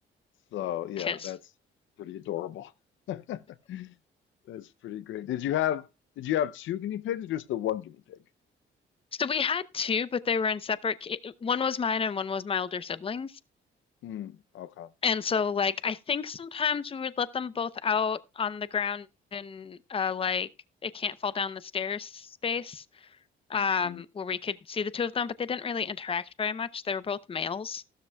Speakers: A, on the left (about 75°); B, on the left (about 30°).
A: So yeah,
B: because
A: that's pretty adorable. <laughs> That's pretty great. Did you have did you have two guinea pigs or just the one guinea pig?
B: So we had two, but they were in separate. ca- One was mine and one was my older siblings.
A: Hmm. Okay.
B: And so, like, I think sometimes we would let them both out on the ground in uh, like it can't fall down the stairs space, um,
A: hmm
B: where we could see the two of them, but they didn't really interact very much. They were both males,